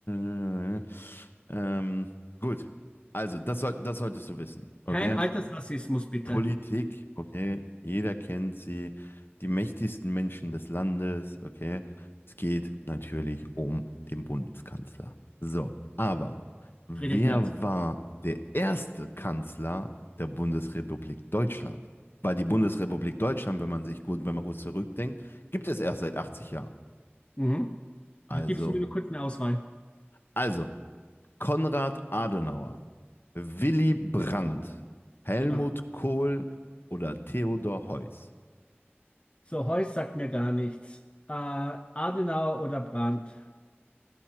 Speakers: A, on the left; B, on the left.
A: äh, ähm, gut. Also, das soll, das solltest du wissen, okay?
B: Kein Altersrassismus, bitte.
A: Politik, okay, jeder kennt sie, die mächtigsten Menschen des Landes, okay. Es geht natürlich um den Bundeskanzler. So, aber wer
B: Friedrich Merz.
A: war der erste Kanzler der Bundesrepublik Deutschland? Weil die Bundesrepublik Deutschland, wenn man sich gut, wenn man gut zurückdenkt, gibt es erst seit 80 Jahren.
B: Mhm. Ach,
A: Also,
B: Gibst du mir nur kurz eine Auswahl?
A: also Konrad Adenauer, Willy Brandt, Helmut
B: Ach,
A: Kohl oder Theodor Heuss.
B: so, Heuss sagt mir gar nichts. Äh, Adenauer oder Brandt?